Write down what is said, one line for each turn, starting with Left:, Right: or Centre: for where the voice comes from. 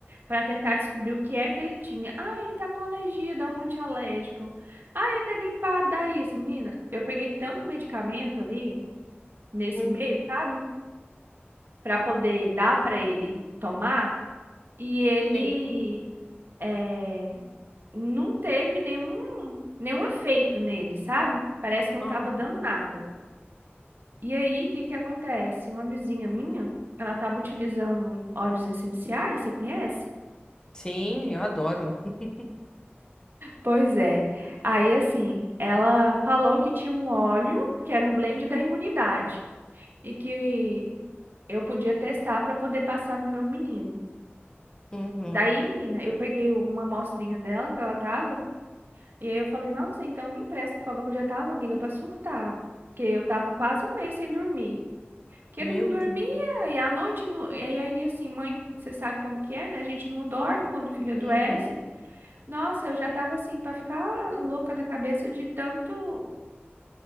Right: para tentar descobrir o que é que ele tinha. Ah, ele tá com alergia, dá um antialérgico. Ah, ele tá gripado, dá isso. Menina, eu peguei tanto medicamento ali nesse
Left: Uhum,
Right: mês, sabe? Para poder dar para ele tomar e ele
Left: Sim.
Right: é, não teve nenhum, nenhum efeito nele, sabe? Parece que não
Left: Uhum.
Right: tava dando nada. E aí, o que que acontece? Uma vizinha minha, ela tava utilizando óleos essenciais, você conhece?
Left: Sim, eu adoro. <laughs>
Right: Pois é. Aí, assim, ela falou que tinha um óleo que era um blend da imunidade e que eu podia testar para poder passar no meu menino.
Left: Uhum.
Right: Daí, menina, eu peguei uma amostrinha dela que ela tava. E aí eu falei, nossa, então me empresta, por favor, que eu já tava, amiga, pra surtar. Porque eu tava quase um mês sem dormir. Que ele
Left: Meu
Right: não dormia,
Left: Deus.
Right: e à noite, não... e aí assim, mãe, você sabe como que é, né? A gente não dorme quando o filho adoece.
Left: Uhum.
Right: Nossa, eu já tava assim, pra ficar louca da cabeça de tanto,